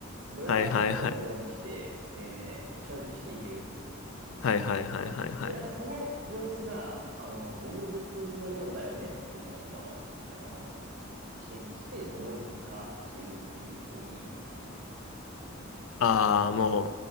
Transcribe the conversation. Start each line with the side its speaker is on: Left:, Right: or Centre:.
Right: ローラー作戦のようにして、
Left: あ、はい、はい、はい。
Right: えー消費していける。
Left: はい、はい、はい、
Right: はい。
Left: はい、はい。
Right: で、なんかその様子が、あの、動物のようだよねってその人は、あの、指摘して動物化してるっていう風に言ってるんですね。
Left: ああ、も